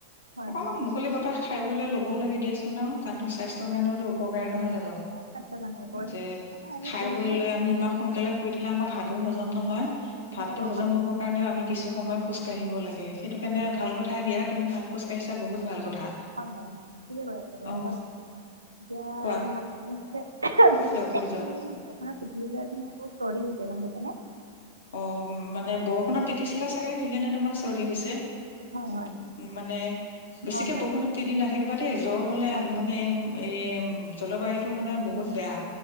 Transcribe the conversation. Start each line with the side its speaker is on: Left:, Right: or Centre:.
Right: হয়
Left: অকনমান
Right: হয়
Left: মুকলি বতাহ খাই বৈ লবও লাগে দিয়াচোন হেলৌ কাৰণটো স্বাস্থ্যৰ কাৰণেওতো উপকাৰী নহয় জানো
Right: স্বাস্থ্যৰ কাৰণে গৈ
Left: যে
Right: মানে আজি
Left: খাই
Right: ফুৰিব
Left: বৈ
Right: মন
Left: লৈ আমি ইমান সোনকালে শুই দিলে আমাৰ ভাতো হজম নহয় ভাতো
Right: হয় হয়
Left: হজম
Right: হয় নহয়
Left: হব কাৰণনেও আমি কিছু সময় খোজ কাঢ়িব লাগে সেইটো
Right: ফুৰিব
Left: কাৰণে ভাল কথাই দিয়া তুমি ভা খোজ কঢ়িছা বহুত ভাল কথা
Right: হয় হয় হয় ঠিকে কৈ আছে বাৰু
Left: আহ
Right: হয় এতিয়া
Left: কোৱা
Right: <unintelligible> চৰ্দি
Left: কৈ যোৱা কৈ
Right: হৈছে
Left: যোৱা
Right: গম পাইছে নে
Left: অ মানে বৰষুণত তিতি চিলা চাগে সেইকাৰণে তোমাৰ চৰ্দি হৈছে
Right: হয়
Left: উ
Right: হয়
Left: মানে বেছিকে
Right: হয় হয়
Left: বৰষুণত তিতি নাথাকিবা দেই জ্বৰ হলে
Right: হয়
Left: মানে এ উ জলবায়ুতটো মানে বহুত বেয়া